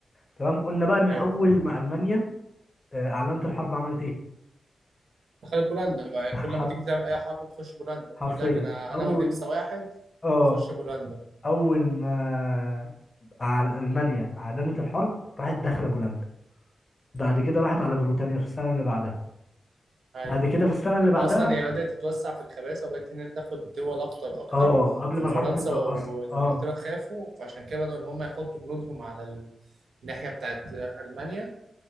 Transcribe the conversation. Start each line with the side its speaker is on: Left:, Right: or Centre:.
Left: تمام قلنا بقى إن
Right: أيوة
Left: أول
Right: فاهم
Left: ما ألمانيا آه أعلنت الحرب عملت إيه؟
Right: دخلت بولندا بقى يعني
Left: <laughs> حرف
Right: كل ما تيجي تعمل أي حرب بتخش بولندا
Left: حرفيا
Right: تقول لك أنا
Left: أول
Right: أنا والنمسا واحد
Left: آه
Right: ونخش بولندا
Left: أول ما على ألمانيا أعلنت الحرب راحت داخلة بولندا بعد كده راحت على بريطانيا في السنة اللي بعدها
Right: أيوة
Left: بعد كده في السنة اللي بعدها
Right: وأصلا هي بدأت تتوسع في الخباثة وبقت إن هي تاخد دول أكتر أكتر
Left: اه قبل
Right: ففرنسا
Left: ما الحرب تبدأ
Right: وإنجلترا
Left: أصلا اه
Right: خافوا فعشان كده بدأوا إن هم يحطوا جنودهم على الناحية بتاعت ألمانيا